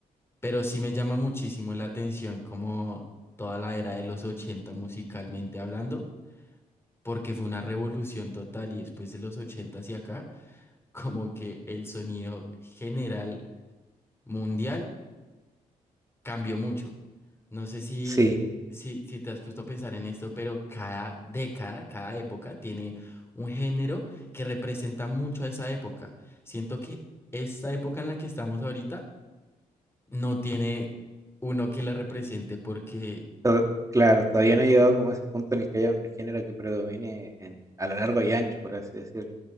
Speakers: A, on the left (about 15°); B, on the right (about 20°).
A: pero sí me llama muchísimo la atención como toda la era de los 80 musicalmente hablando, porque fue una revolución total y después de los 80 hacia acá, como que el sonido general mundial cambió mucho. No sé si,
B: Sí,
A: si, si te has puesto a pensar en esto, pero cada década, cada época tiene un género que representa mucho a esa época. Siento que esta época en la que estamos ahorita no tiene uno que la represente porque,
B: to- claro, todavía no he llegado como a ese punto en el que haya un género que predomine en- a lo largo y ancho, por así decirlo.